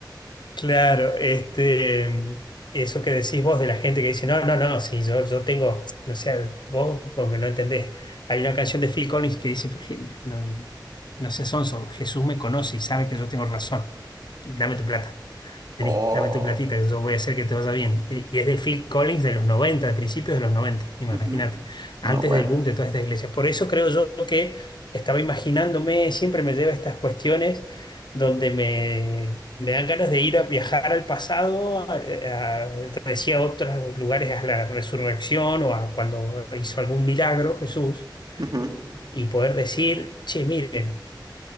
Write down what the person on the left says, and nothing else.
Claro, este, eso que decís vos de la gente que dice, no, no, no, si yo, yo tengo, no sé, vos, porque no entendés. Hay una canción de Phil Collins que dice, pues no, no seas sonso, Jesús me conoce y sabe que yo tengo razón. Dame tu plata. Vení,
dame tu platita, que yo voy a hacer que te vaya bien. Eh, Y es de Phil Collins de los 90, de principios de los 90. imagínate,
antes
del boom de todas estas iglesias. Por eso creo yo que estaba imaginándome, siempre me lleva a estas cuestiones donde me, me dan ganas de ir a viajar al pasado, a, a- te decía, a otros lugares, a la resurrección o a cuando hizo algún milagro Jesús,
y poder decir, che, miren